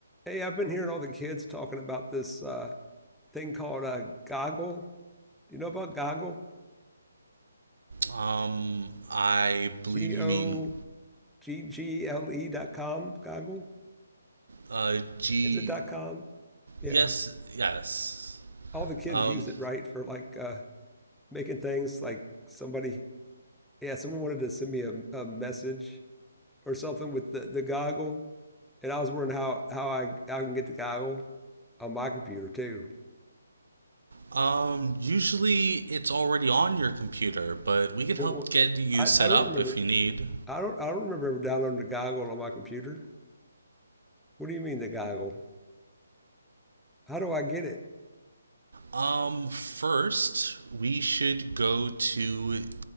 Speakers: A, in the centre; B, on the right (about 70°).
A: Hey, I've been hearing all the kids talking about this uh, thing called uh, Goggle. Do you know about Goggle?
B: Um, I believe
A: G
B: you
A: O
B: mean
A: G G L E dot com. Goggle?
B: uh, G.
A: Is it dot com? Yeah.
B: Yes, yes.
A: All the kids
B: Um,
A: use it, right? For like uh, making things like somebody, yeah, someone wanted to send me a, a message or something with the, the goggle. And I was wondering how, how I, I can get the goggle on my computer too.
B: um, usually it's already on your computer, but we can
A: What,
B: help
A: what,
B: get you
A: I,
B: set
A: I don't
B: up
A: remember.
B: if you need.
A: I don't, I don't remember ever downloading the goggle on my computer. What do you mean the goggle? How do I get it?
B: Um, first we should go to